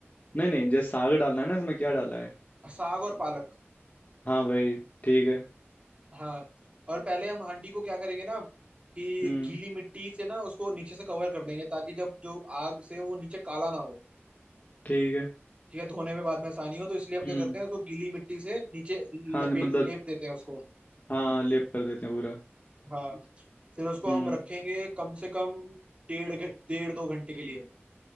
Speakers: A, on the left (about 40°); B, on the right (about 25°).
A: नहीं नहीं जैसे साग डालना है ना इसमें क्या डाला है
B: साग और पालक
A: हाँ वही ठीक है
B: हाँ और पहले हम हांडी को क्या करेंगे ना कि
A: हम्म
B: गीली मिट्टी से ना उसको नीचे से कवर कर देंगे ताकि जब जो आग से वो नीचे काला ना हो
A: ठीक है
B: ठीक है धोने में बाद में आसानी हो तो इसलिए हम क्या
A: हम्म
B: करते हैं उसको गीली मिट्टी से नीचे
A: हाँ
B: लपेट
A: मतलब
B: लेप देते हैं उसको
A: हाँ लेप कर देते हैं पूरा
B: हाँ फिर उसको
A: हम्म
B: हम रखेंगे कम से कम डेढ़ घ- डेढ़ दो घंटे के लिए